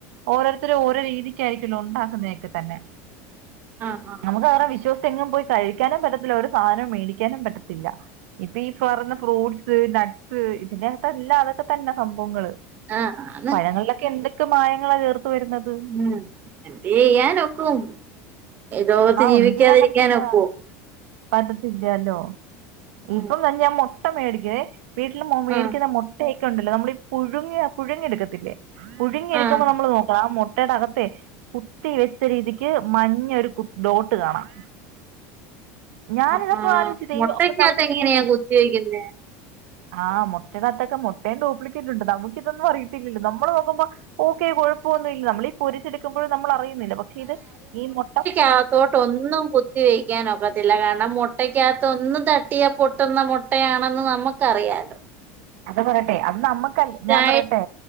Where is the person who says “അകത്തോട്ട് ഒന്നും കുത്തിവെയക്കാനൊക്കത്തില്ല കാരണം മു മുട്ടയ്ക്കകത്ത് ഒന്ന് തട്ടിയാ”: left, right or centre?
Right